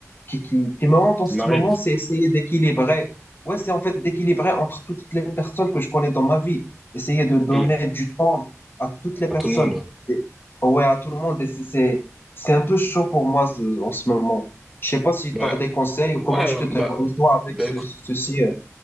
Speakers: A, on the left (about 45°); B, in the centre.
A: qui, qui, qui me hante en
B: ça
A: ce
B: m'arrive.
A: moment, c'est essayer d'équilibrer. Ouais, c'est en fait d'équilibrer entre toutes les personnes que je connais dans ma vie. Essayer de donner
B: Mm.
A: du temps à toutes les
B: À
A: personnes.
B: tout le monde, ouais.
A: Et- ouais, à tout le monde. Et c'est, c'est- c'est un peu chaud pour moi ce- en ce moment. Je sais pas si
B: Bah,
A: tu as des conseils ou
B: ouais,
A: comment tu te débrouilles
B: bah,
A: toi avec
B: bah
A: ce,
B: écoute,
A: ceci. euh.